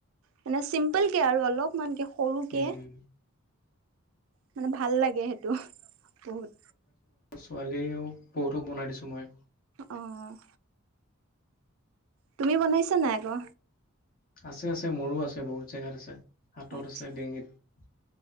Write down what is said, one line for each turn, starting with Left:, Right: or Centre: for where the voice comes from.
Right: মানে চিম্পলকে আৰু অলপমানকে সৰুকে
Left: উম
Right: মানে ভাল লাগে সেইটো বহুত।
Left: ছোৱালীয়ো বহুতক বনাই দিছোঁ মই।
Right: অ'। তুমি বনাইছা নাই আকৌ?
Left: আছে আছে, মোৰো আছে, বহুত জেগাত আছে। হাতত
Right: আচ্ছা
Left: আছে, ডিঙিত